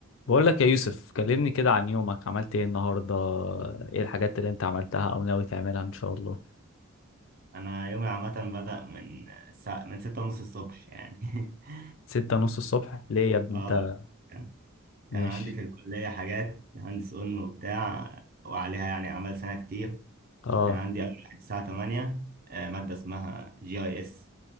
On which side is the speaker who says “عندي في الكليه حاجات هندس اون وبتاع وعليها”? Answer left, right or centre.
Right